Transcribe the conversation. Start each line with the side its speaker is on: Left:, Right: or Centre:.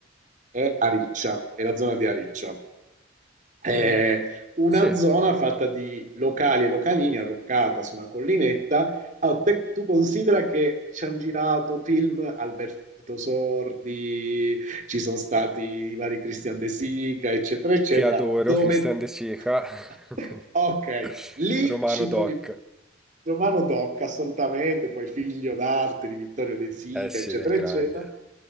Right: è Ariccia, è la zona di Ariccia eh,
Centre: Mm,
Right: una
Centre: sì,
Right: zona fatta di locali e localini arroccata su una collinetta. Allora, te- tu considera che ci hanno girato film Alberto Sordi, ci sono stati i vari Christian De Sica, eccetera, eccetera,
Centre: che adoro,
Right: dove...
Centre: Christian De Sica,
Right: <laughs>
Centre: <laughs>
Right: Ok, lì
Centre: Romano
Right: ci
Centre: Doc,
Right: trovi Romano Tocca, assolutamente, poi figlio d'arte di Vittorio De Sica,
Centre: eh sì,
Right: eccetera,
Centre: del grande.
Right: eccetera.